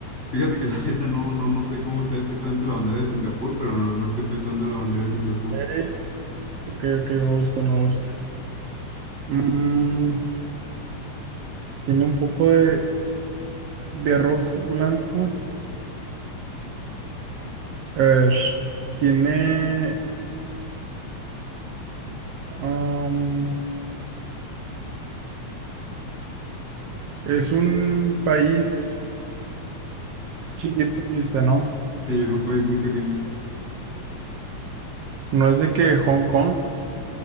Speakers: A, on the left; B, on the right.
A: Fíjate que la <laughs> neta no, no, no sé cómo sea exactamente la bandera de Singapur, pero no, no estoy pensando en la bandera de Singapur.
B: Ok, ok, ok, me gusta, me gusta. Mm, tiene un poco de, de rojo, blanco. A ver, tiene... am, es un país chiquito, dijiste, ¿no?
A: Sí, es un país muy pequeño.
B: No es de que Hong Kong.